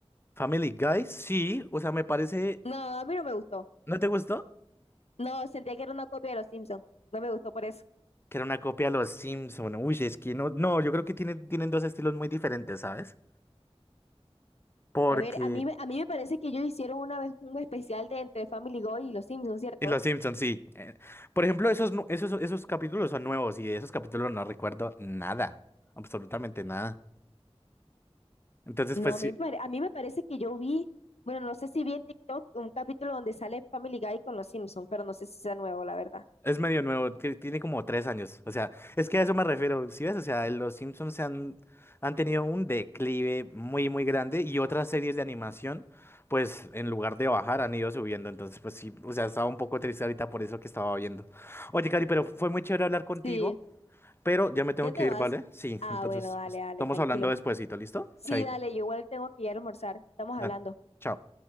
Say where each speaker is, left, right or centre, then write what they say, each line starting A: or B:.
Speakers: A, on the left; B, on the left.
A: Family Guy, sí, o sea, me parece,
B: No, a mí no me gustó.
A: ¿no te gustó?
B: No, sentía que era una copia de Los Simpsons. No me gustó por eso.
A: Que era una copia de los Simpson. Uy, es que no, no, yo creo que tienen, tienen dos estilos muy diferentes, ¿sabes? Porque
B: A ver, a mí, me- a mí me parece que ellos hicieron una vez un especial de entre Family Guy y los Simpsons, ¿cierto?
A: y los Simpson, sí. eh, Por ejemplo, esos, nu- esos, esos capítulos son nuevos y de esos capítulos no recuerdo nada, absolutamente nada. Entonces,
B: No,
A: pues
B: a
A: sí,
B: mí, me pare- a mí me parece que yo vi, bueno, no sé si vi en TikTok un capítulo donde sale Family Guy con los Simpsons, pero no sé si sea nuevo, la verdad.
A: Es medio nuevo, que tiene como tres años. O sea, es que a eso me refiero. Si ves? O sea, los Simpsons se han, han tenido un declive muy, muy grande y otras series de animación, pues en lugar de bajar, han ido subiendo. Entonces, pues sí, o sea, estaba un poco triste ahorita por eso que estaba viendo. Oye, Cari, pero fue muy chévere hablar contigo,
B: Sí,
A: pero ya me tengo
B: ¿ya te
A: que ir,
B: vas?
A: ¿vale? Sí,
B: Ah,
A: entonces
B: bueno, dale,
A: estamos
B: dale, tranquilo.
A: hablando despuesito, ¿listo?
B: Sí,
A: Chaito.
B: dale, yo igual tengo que ir a almorzar. Estamos
A: Dale,
B: hablando.
A: chao.